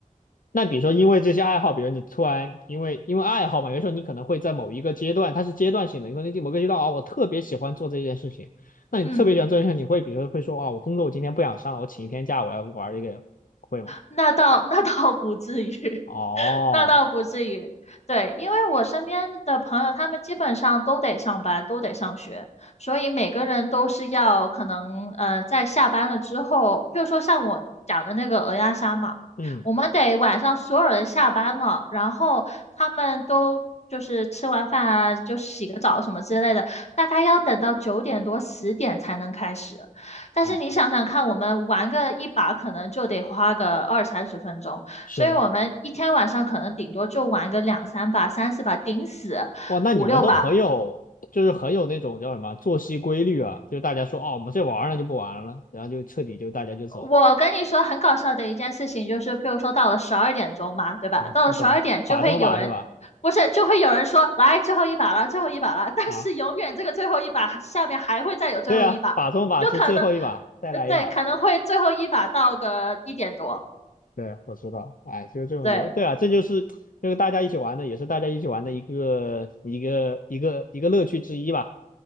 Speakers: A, on the left (about 75°); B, on the left (about 50°).
A: 那比如说，因为这些爱好，比如你突然因为因为爱好嘛，有时候你可能会在某一个阶段，它是阶段性的，有可能某个阶段啊，我特别喜欢做这件事情，那你特别喜欢做这件事情，
B: 嗯。
A: 你会比如说会说啊，我工作我今天不想上了，我请一天假，我要玩这个，会吗？
B: 那倒 <laughs> 那倒不至于，
A: 哦，
B: <laughs> 那倒不至于。对，因为我身边的朋友，他们基本上都得上班，都得上学，所以每个人都是要可能，呃，在下班了之后，比如说像我讲的那个鹅鸭杀嘛，
A: 嗯，
B: 我们得晚上所有人下班了，然后他们都就是吃完饭啊，就洗个澡什么之类的，大概要等到九点多十点才能开始。但是你想想看，
A: 哦，
B: 我们玩个一把可能就得花个二三十分钟，
A: 是的，
B: 所以我们一天晚上可能顶多就玩个两三把、三四把，顶死五六把。
A: 哇，那你们都很有，就是很有那种叫什么作息规律啊，就是大家说哦，我们这玩儿了就不玩了，然后就彻底就大家就走了
B: 我跟你说，很搞笑的一件事情就是，譬如说到了十二点钟嘛，对吧？
A: 啊，
B: 到了十二点就会有人，
A: 我懂了，把中把是吧？
B: 不是，就会有人说来最后一把了，最后一把了。<laughs> 但是永远这个最后一把下面还会再有最后一把，
A: 啊，对呀，把中把是最后一把，
B: 就可能，
A: 再来一把。
B: 呃，对，可能会最后一把到个一点多，
A: 对，我知道，哎，就是这种游，
B: 对。
A: 对啊，这就是这个大家一起玩的，也是大家一起玩的一个一个一个一个乐趣之一吧。